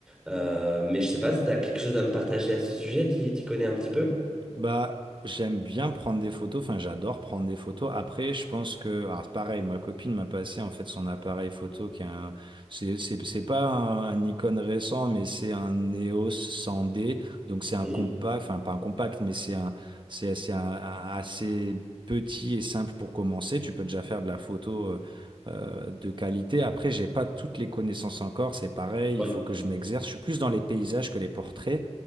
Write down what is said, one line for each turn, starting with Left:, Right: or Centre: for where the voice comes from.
Centre: Euh, mais je sais pas si tu as quelque chose à me partager à ce sujet. Tu t'y connais un petit peu?
Right: Bah, j'aime bien prendre des photos, enfin j'adore prendre des photos. Après, je pense que, alors pareil, ma copine m'a passé en fait son appareil photo qui est un, c'est c'est- c'est pas un, un Nikon récent, mais c'est un EOS 100D, donc c'est un
Centre: Mhm.
Right: compact, enfin pas un compact, mais c'est un, c'est c'est un- un- assez petit et simple pour commencer. Tu peux déjà faire de la photo. euh, euh, de qualité. Après, j'ai pas toutes les connaissances encore, c'est pareil,
Centre: Ouais.
Right: il faut que je m'exerce. Je suis plus dans les paysages que les portraits.